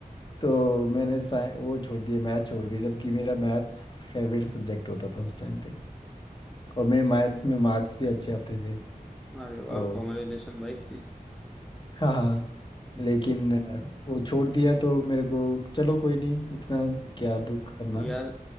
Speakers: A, on the left (about 30°); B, in the centre.
A: तो मैंने साइ- वो छोड़ दिया मैथ छोड़ दिया जबकि मेरा मैथ फेवरेट सब्जेक्ट होता था उस टाइम पे और मेरे मैथ्स में मार्क्स भी अच्छे आते थे
B: हाँ अरे
A: तो
B: वाह कॉन्ग्रेचुलेशन भाई
A: हाँ हाँ
B: <laughs>
A: लेकिन अ, वो छोड़ दिया तो मेरे को चलो कोई नहीं इतना क्या दुख करना
B: यार